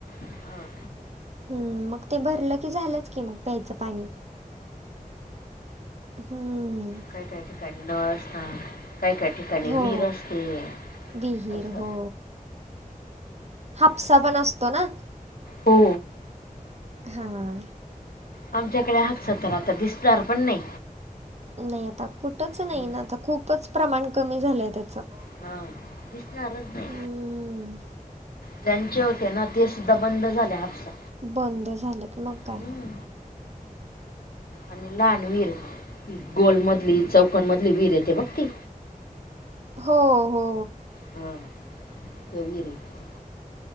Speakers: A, on the left (about 85°); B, on the right (about 45°).
A: हां
B: हम्म मग ते भरलं की झालंच की मग प्यायचं पाणी. हम्म.
A: काय काय ठिकाण नळ असता काय काय ठिकाण काणी
B: हो
A: विहीर असते
B: विहीर
A: असं
B: हो हापसा
A: असं
B: पण असतो ना.
A: हो
B: हा हा हा.
A: आमच्याकडं हापसा तर आता दिसणार पण नई.
B: नई आता कुटच
A: हम्म
B: नई ना आता खूपच प्रमाण कमी झालंय त्याचं.
A: हा. झालंच नई
B: हम्म.
A: ज्यांचे होते ना ते सुद्धा बंद झाले हापसा.
B: बंद झालंत मग काय.
A: हम्म आणि लहान वीर गोलमधली चौखन मधली वीर येते बघ ती
B: हो हो.
A: हां <unintelligible>